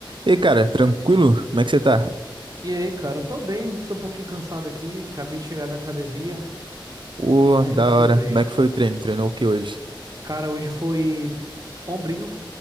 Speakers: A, on the right (about 70°); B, on the right (about 45°).
A: E aí, cara, tranquilo? Como é que você tá?
B: E aí, cara, tô bem, tô um pouquinho cansado aqui, acabei de chegar da academia,
A: Ô,
B: mas,
A: da
B: mas
A: hora.
B: tô bem.
A: Como é que foi o treino? Treinou o que hoje?
B: Cara, hoje foi ombrinho,